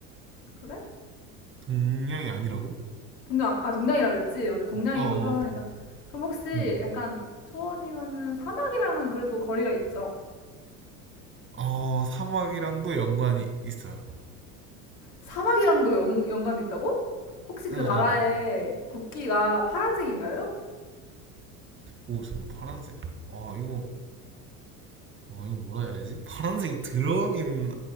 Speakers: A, on the left; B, on the right.
A: 그래?
B: 동양이 아니라고?
A: 동양, 아, 동양이라 그랬지? 맞아, 동양이고
B: 어, 어,
A: 초원이다.
B: 어, 어.
A: 그럼 혹시
B: 음.
A: 약간 초원이면은 사막이랑은 그래도 거리가 있죠?
B: 어, 사막이랑도 연관이 있어요.
A: 사막이랑도 연, 연관이 있다고? 혹시 그
B: 응응.
A: 나라의 국기가 파란색인가요?
B: 오 잠깐 파란색. 아 이거 아 이거 뭐라 해야지? 파란색이 들어가긴